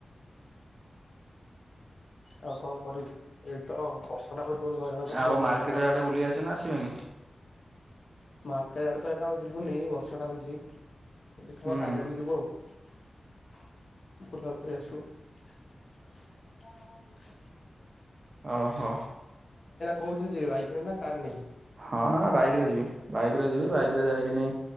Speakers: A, on the left; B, on the right.
A: ଆଉ କଣ କରିବୁ? ଏଇଟି ତ ବର୍ଷାଟା ହଉଛି ବୋଲି ହଇରାଣ କରୁଛି
B: ଆଉ
A: ଭାରି
B: ମାର୍କେଟ
A: ବର୍ଷାଟା ଆଉ।
B: ଆଡେ ବୁଲି ଆସେ ନା ଆସିବେନି?
A: ମାର୍କେଟ୍ ଆଡେ ତ ଏଇନା ଆଉ ଯିବୁନି, ବର୍ଷାଟା ହଉଛି, ଦେଖିବା
B: ହୁଁ
A: କାଲି ଆଡକୁ ଯିବୁ ଆଉ। ବୁଲାବୁଲି କରି ଆସିବୁ। କେଟା କ
B: ଓହୋ।
A: କୋଉଥିରେ ଯିବେ ବାଇକରେ ନା କାର ନେଇକି?
B: ହଁ ନା ନା ବାଇକରେ ଯିବି। ବାଇକରେ ଯିବି, ବାଇକ୍ ଯାଇକିନି,